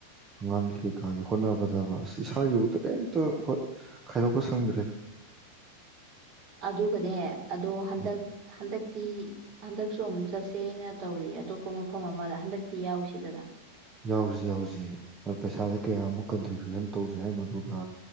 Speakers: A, on the right; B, on the right.
A: ꯑꯉꯥꯡꯒꯤ ꯀꯩꯀꯥꯒꯤ ꯍꯣꯠꯅ ꯐꯗꯕ ꯑ ꯏꯁꯥꯒꯤꯕꯨ ꯀꯩꯝꯇ ꯈꯥꯏꯗꯣꯛꯄ ꯁꯪꯗ꯭ꯔꯦꯗ
B: ꯑꯗꯨꯒꯅꯦ ꯑꯗꯣ ꯍꯟꯗꯛ
A: ꯎꯝ
B: ꯍꯟꯗꯛ ꯇꯤ ꯍꯟꯗꯛꯁꯨ ꯑꯃꯨꯛ ꯆꯠꯁꯦꯅ ꯇꯧꯔꯤ ꯑꯇꯣꯞꯄ ꯃꯐꯝ ꯑꯃꯗ ꯍꯟꯗꯛꯇꯤ ꯌꯥꯎꯁꯤꯗꯅ
A: ꯌꯥꯎꯖꯤ ꯌꯥꯎꯖꯤ ꯄꯩꯁꯥꯗꯤ ꯀꯌꯥꯃꯨꯛ ꯀꯟꯇ꯭ꯔꯤꯕ꯭ꯌꯨꯁꯟ ꯇꯧꯁꯤ ꯍꯥꯏꯅꯣ ꯑꯗꯨꯒ